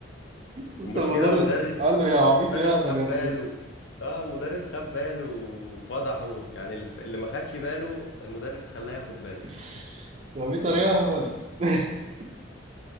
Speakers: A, on the right (about 30°); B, on the left (about 60°).
A: لسه
B: المشكله
A: المدرس
B: المدرس
A: قال له يا عبيط
B: المدرس
A: يا هبل
B: خد
A: يا
B: باله اه المدرس خد باله وفضحه يعني الف- اللي ما خدش باله المدرس خلاه ياخد باله
A: <laughs> يا عبيطر يا هبل <laughs>